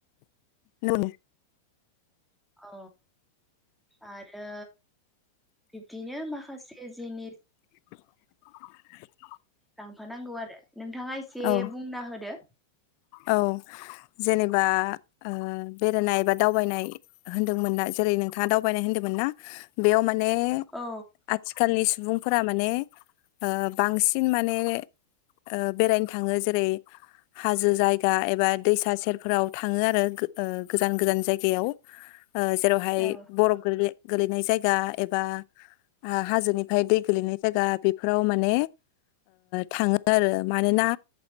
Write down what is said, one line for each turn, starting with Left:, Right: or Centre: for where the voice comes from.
Left: नौ
Centre: औ आर यो बिब्दिनो माखासे जिनिस
Left: <inaudible>
Centre: लांफानांगौ आरो नोंथाङा एसे
Left: औ
Centre: बुंना होदो
Left: औ जेनेबा ओ बेरायनाय बा दावबायनाय होनदोंमोन ना जेरै नोंथाङा दावबायनाय होन्दोंमोन ना बेयाव मा माने
Centre: औ
Left: आथिखालनि सुबुंफोरा माने ओ बांसिन माने ओ बेरायनो थाङो जेरै हाजो जायगा एबा दैसा सेरफोराव थाङो आरो ओ गोजान गोजान जायगायाव ओ जेरावहाय
Centre: औ
Left: बरफ गोग्लैयो गोलैनाय जायगा एबा हाजोनिफ्राय दै गोलैनाय जागा बेफोराव माने थाङो ओ आरो मानोना